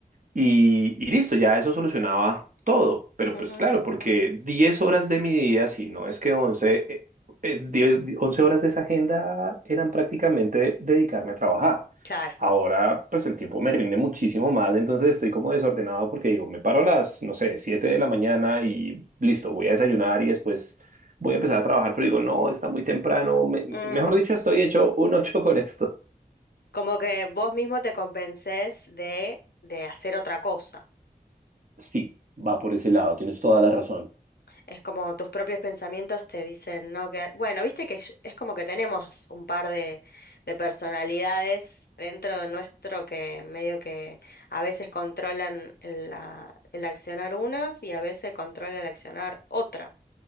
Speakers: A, on the right; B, on the left.
A: Y, y listo, ya eso solucionaba todo. Pero
B: ujú,
A: pues claro, porque 10 horas de mi día, si no es que 11, eh, eh, 10 11 horas de esa agenda eran prácticamente dedicarme a trabajar.
B: Claro.
A: Ahora, pues el tiempo me rinde muchísimo más, entonces estoy como desordenado porque digo, me paro a las, no sé, 7 de la mañana y listo, voy a desayunar y después voy a empezar a trabajar, pero digo, no, está muy temprano, me-
B: Mm,
A: mejor dicho, estoy hecho un ocho con esto.
B: como que vos mismo te convences de, de hacer otra cosa.
A: Sí, va por ese lado, tienes toda la
B: Mm.
A: razón.
B: Es como tus propios pensamientos te dicen, no, que... Bueno, viste que sh- es como que tenemos un par de, de personalidades dentro de nuestro que medio que a veces controlan el, la- el accionar unas y a veces controla el accionar otra.